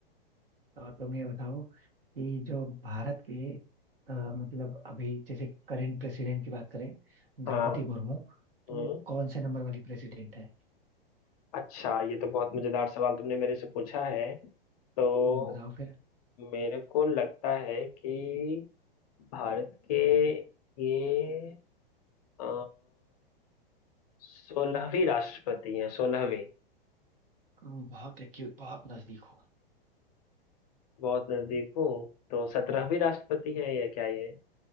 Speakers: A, on the right (about 70°); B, on the left (about 40°).
A: और तुम ये बताओ कि जो भारत के अ, मतलब अभी जैसे करंट प्रेसिडेंट की बात करें द्रौपदी
B: हाँ
A: मुर्मू तो
B: हम्म
A: ये कौन से नंबर वाली प्रेसिडेंट है
B: अच्छा ये तो बहुत मजेदार सवाल तुमने मेरे से पूछा है तो
A: हम्म, बताओ फिर
B: मेरे को लगता है कि भारत के ये अ, सोलहवीं राष्ट्रपति हैं सोलहवीं
A: हम्म, बहुत एक्यूट बहुत नजदीक हो
B: बहुत नजदीक हूँ तो सत्रहवीं राष्ट्रपति हैं या क्या ये